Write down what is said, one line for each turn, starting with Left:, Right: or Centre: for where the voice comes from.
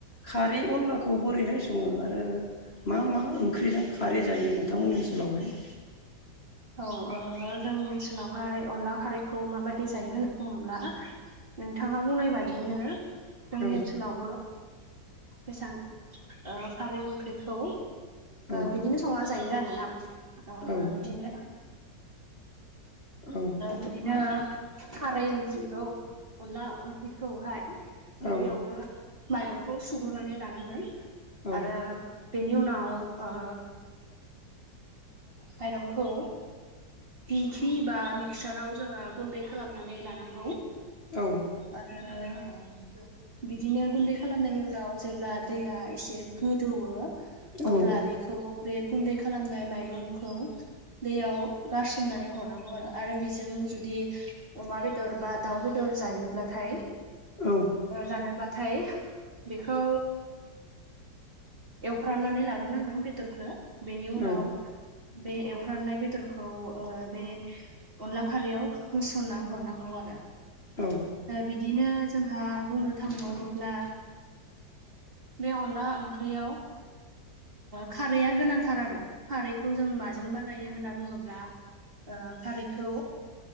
Left: खारै अनलाखौ बोरैहाय सङो आरो। मा मा ओंख्रिजों खारै जायो नोंथांमोननि ओनसोलावहाय।
Right: औ जोंनि ओनसोलावहाय अनला खारैखौ माबायदि जायो होननानै बुङोब्ला। नोंथाङा बुंनाय बादिनो जोंनि
Left: औ
Right: ओनसोलावबो बेसेबां खारै ओंख्रिखौ
Left: औ
Right: बिदिनो संना जायो आरोना
Left: औ
Right: बिदिनो
Left: औ
Right: बिदिनो खारै ओंख्रिखौ अनला ओंख्रिखौहाय गिबियावनो
Left: औ
Right: माइरंखौ सुग्रुनानै लानांगोन
Left: औ
Right: आरो बेनि उनाव ओ माइरंखौ। दिंखि बा मिक्साराव जोङो गुन्दै खालामनानै लानांगौ
Left: औ
Right: आरो। बिदिनो गुन्दै खालामनायनि उनाव जेब्ला दैया एसे गोदौवो अब्ला
Left: औ
Right: बे बेखौ बे गुन्दै खालामनाय माइरंखौ दैयाव गारसोमनानै हरनांगौ आरो। आरो बेजों जुदि अमा बेदर बा दाउ बेदर जायोब्लाथाय
Left: औ
Right: जानोब्लाथाय बेखौ एवफ्रामनानै लाग्रोनांगोन बेदरखौ बेनि उनाव
Left: औ
Right: बे एवफ्रामनाय बेदरखौ बे अनला खारैयाव होसनना हरनांगौ आरो।
Left: औ।
Right: बिदिनो जोंहा बुंनो थांबावोब्ला। बे अनला ओंख्रियाव खारैया गोनांथार आरो खारैखौ जों माजों जों बानायो होनना बुङोब्ला ओ खारैखौ